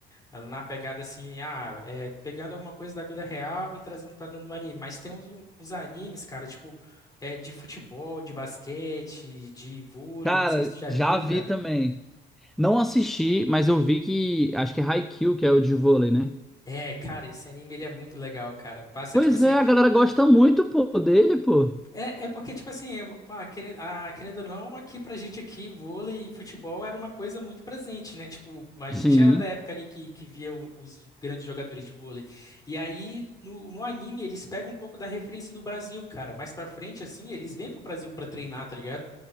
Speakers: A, on the left; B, in the centre.
A: Ela na pegada assim, ah, é, pegando alguma coisa da vida real e trazendo pra dentro do anime. Mas tem uns, uns animes, cara, tipo, é, de futebol, de basquete, de vôlei,
B: Cara,
A: eu não sei se tu já
B: já
A: viu,
B: vi
A: cara.
B: também. Não assisti, mas eu vi que. Acho que é Haikyuu, que é o de vôlei, né?
A: É, cara, esse anime ele é muito legal, cara. Passa,
B: Pois
A: tipo assim,
B: é, a galera gosta muito, pô, dele, pô.
A: É, é porque, tipo assim, eu- pá, querendo, ah, querendo ou não, aqui pra gente aqui, vôlei e futebol era uma coisa muito presente, né? Tipo, a gente
B: Sim,
A: era da época ali que, que via o- os grandes jogadores de vôlei. E aí, no, no anime, eles pegam um pouco da referência do Brasil, cara. Mais pra frente, assim, eles vêm pro Brasil pra treinar, tá ligado?